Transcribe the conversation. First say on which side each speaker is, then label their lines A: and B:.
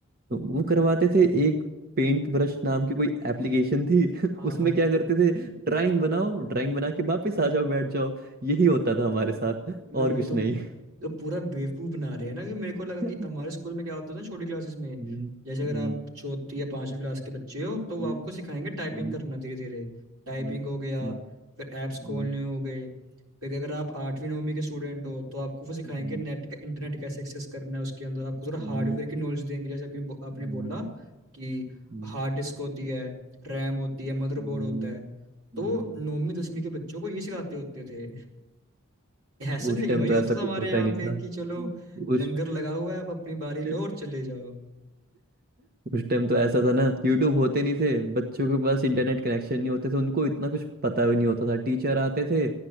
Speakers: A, on the right; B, on the right.
A: वो करवाते थे एक पेंट ब्रश नाम की कोई एप्लीकेशन थी <laughs>
B: हाँ
A: उसमें क्या करते थे ड्राइंग बनाओ ड्राइंग बना के वापस आ जाओ बैठ जाओ यही होता था हमारे साथ
B: मतलब
A: और
B: ये
A: कुछ
B: तो
A: नहीं
B: ये तो पूरा बेवकूफ बना रहे हैं ना कि मेरे को लगा
A: <laughs>
B: कि हमारे स्कूल में क्या होता था ना, छोटी क्लासेस में
A: हम्म,
B: जैसे अगर
A: हम्म,
B: आप चौथी या पांचवी क्लास के बच्चे हो तो वो
A: हम्म,
B: आपको सिखाएंगे टाइपिंग
A: हम्म।
B: करना धीरे धीरे टाइपिंग
A: हम्म,
B: हो गया
A: हम्म,
B: फिर ऐप्स
A: हम्म,
B: खोलने हो गए फिर अगर आप आठवीं नौवीं के स्टूडेंट हो तो आपको वो
A: हम्म,
B: सिखाएंगे
A: हम्म,
B: नेट का इंटरनेट कैसे एक्सेस करना है उसके अंदर आपको थोड़ा
A: हम्म,
B: हार्डवेयर की नॉलेज देंगे जैसे आपने बो- आपने
A: हम्म,
B: बोला कि
A: हम्म,
B: हार्ड डिस्क होती है रैम होती है मदरबोर्ड
A: हम्म,
B: होता है तो
A: हम्म।
B: नौवीं दसवीं के बच्चों को ये सिखाते होते थे ऐसा नहीं
A: उस
B: लेकिन
A: टाइम
B: भाई
A: तो
B: वो
A: ऐसा
B: तो हमारे
A: कुछ होता
B: यहाँ
A: ही नहीं
B: पे
A: था
B: कि चलो
A: उस
B: लंगर लगा हुआ है आप अपनी बारी लो
A: <laughs>
B: और चले जाओ
A: उस टाइम तो ऐसा था ना यूट्यूब होते नहीं थे बच्चों के पास इंटरनेट कनेक्शन नहीं होते थे उनको इतना कुछ पता भी नहीं होता था टीचर आते थे